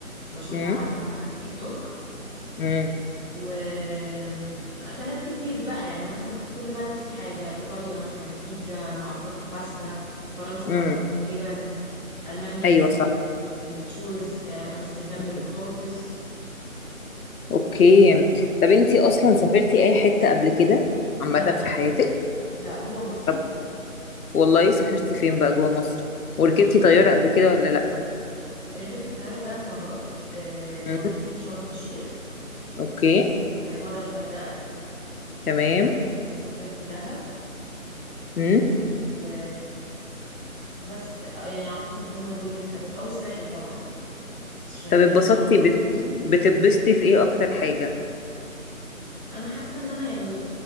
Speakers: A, on the right; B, on the left.
A: بشوفها
B: امم
A: على تيك توك
B: امم
A: واكلات كتير بقى يعني مثلا في كل بلد في حاجه ايطاليا مثلا البيتزا معروفه بالباستا فرنسا
B: امم
A: معروفه بالجبن المانيا
B: ايوه
A: زي ما
B: صح
A: قلت بالتشورز آه، امستردام
B: مم.
A: بالبطاطس
B: اوكي طب انتي اصلا سافرتي اي حتة قبل كده عامة
A: لا انا
B: في حياتك
A: لا جوه مصر
B: طب
A: بس
B: والله سافرتي فين بقى جوه مصر وركبتي
A: رحت
B: طيارة قبل كده ولا لا
A: ركبت الطياره ثلاث مرات آه،
B: امم
A: مرتين شرم الشيخ
B: اوكي
A: ومره الغردقه
B: تمام
A: وسافرت دهب
B: مم.
A: و بس آه، يعني اعتقد هم دول الحاجات او الساحل طبعا بس عشان الساحل
B: طب اتبسطتي بت... بتتبسطي في ايه اكتر حاجة
A: انا حاسه ان انا يعني